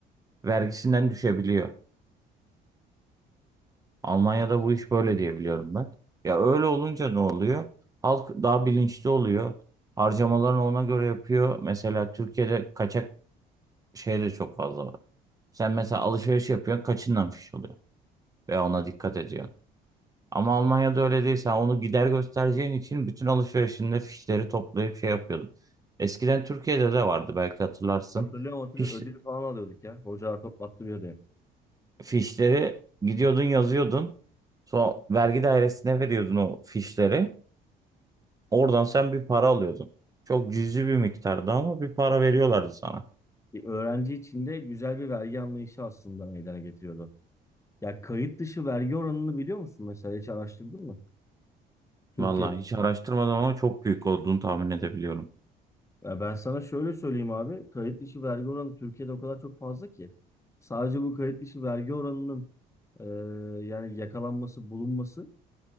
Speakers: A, on the right; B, on the left.
A: vergisinden düşebiliyor. Almanya'da bu iş böyle diye biliyorum ben. Ya öyle olunca ne oluyor? Halk daha bilinçli oluyor. Harcamalarını ona göre yapıyor. Mesela Türkiye'de kaçak şey de çok fazla var. Sen mesela alışveriş yapıyorsun, kaçınlamış oluyor ve ona dikkat ediyorsun. Ama Almanya'da öyle değil. Sen onu gider göstereceğin için bütün alışverişinde fişleri toplayıp şey yapıyordun. Eskiden Türkiye'de de vardı belki hatırlarsın.
B: Hatırlıyorum hatırlıyorum
A: Fiş,
B: ödül falan alıyorduk ya. Hocalar toplattırıyordu hep.
A: fişleri gidiyordun yazıyordun. Sonra vergi dairesine veriyordun o fişleri. Oradan sen bir para alıyordun. Çok cüzi bir miktardı ama bir para veriyorlardı sana.
B: Bir öğrenci için de güzel bir vergi anlayışı aslında meydana getiriyordu. Ya kayıt dışı vergi oranını biliyor musun mesela hiç araştırdın mı? Türkiye'de.
A: Vallahi hiç araştırmadım ama çok büyük olduğunu tahmin edebiliyorum.
B: Ya ben sana şöyle söyleyeyim abi. Kayıt dışı vergi oranı Türkiye'de o kadar çok fazla ki. Sadece bu kayıt dışı vergi oranının e, yani yakalanması, bulunması